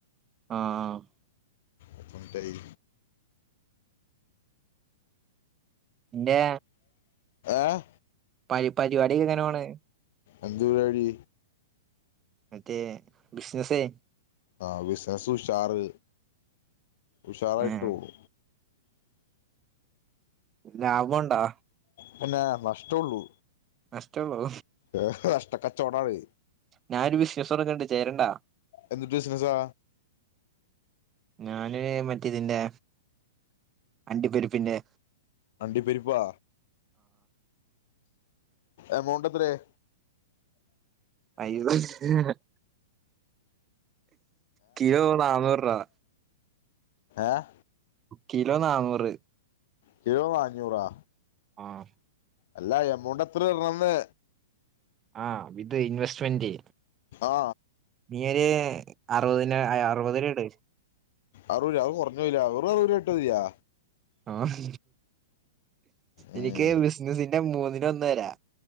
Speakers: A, on the right (about 20°); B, on the left (about 50°).
A: ആഹ് ആഹ്
B: എത്ര മിൻറ്റായി
A: എന്റെ
B: ഏഹ്
A: പരി പരിപാടി എങ്ങനെ പോണ്
B: എന്ത് പരിപാടി
A: മറ്റേ ബിസിനസേ
B: ആ ബിസ്നസ് ഉഷാറ് ഉഷാറായിട്ടോ
A: ഏഹ്
B: <inaudible>
A: ലാഭം ഉണ്ടോ
B: പിന്നെ നഷ്ടോള്ളൂ
A: നഷ്ടേ ഉള്ളൂ
B: ഏ നഷ്ടക്കച്ചോടാണ്
A: ഞാനൊര് ബിസ്നസ് തൊടങ്ങ്ണ്ട് ചേര്ണ്ടോ
B: എന്തുട്ട് ബിസിനസാ
A: ഞാന് മറ്റേ ഇതിന്റെ അണ്ടിപരിപ്പിന്റെ
B: അണ്ടി പരിപ്പാ എമൗണ്ട് എത്രായി
A: <unintelligible> കിലോ നാന്നൂറ് രൂപ
B: ഏഹ്
A: കിലോ നാന്നൂറ്
B: കിലോ അഞ്ഞൂറാ
A: ആഹ്
B: അല്ല എമൗണ്ട് എത്ര വരണ്ന്ന്
A: ആഹ് വിത് ഇൻവെസ്റ്റ്മെന്റ്
B: ആ
A: നീയൊരു അറുപതിന് അറുപതിരുപട്
B: അറുപരു അത് കുറഞ്ഞോയിലെ അറുപരൂപ ട്ടാ മതിയാ
A: ആഹ്
B: ഉം
A: എനിക്ക് ബിസിനസിന്റെ മൂന്ന് പതിനൊന്നേരാ